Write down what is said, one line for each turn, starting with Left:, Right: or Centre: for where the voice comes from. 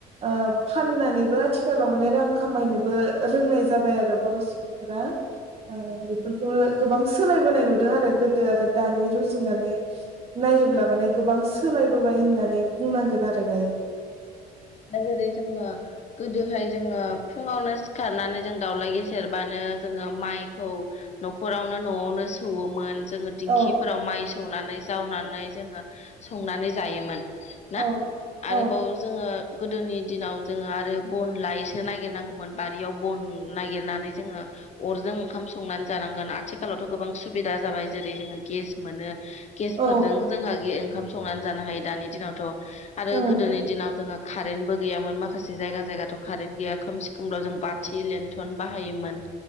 Right: ओ फाननानैबो आथिखालाव माने रां खामायनोबो रोंनायजा जाबाय आरो बर' सुबुंफोरा ओ बेफोरखौ गोबां सोलायबोनाय नुदों आरो गोदो आरो दानि रुजुनानै नायोब्ला माने गोबां सो सोलायबोबाय होननानै बुंनांगोन आरो दायो।
Left: दा जेरै जोङो गोदोहाय जोङो फुङावनो सिखारनानै जों दाउला गेसेेरबानो जोङो माइखौ न'खरावनो न'आवनो सौवोमोन जोङो दिंखिफोराव
Right: औ
Left: माइ सौनानै जावनानै जोङो संनानै जायोमोन। ना
Right: औ औ
Left: आरोबाव जोङो गोदोनि दिनाव जोङो आरो बन लायैसो नागिरनांगौ न बारियाव बन नागिरनानै जोङो अरजों ओंखाम संनानै जानांगोन आथिखालावथ' गोबां सुबिदा जाबाय जेरै जोङो गेस मोनो। गेसफोरजों
Right: औ
Left: जोंहा ओंखाम संनानै जानो हायो दानि दिनावथ' आरो
Right: औ
Left: गोदोनि दिनाव जोंहा कारेन्तबो गैयामोन माखासे जायगा जायगाथ' कारेन्ट गैया खोमसि खोमलाव जों बाथि लेन्ट्रन बाहायोमोन।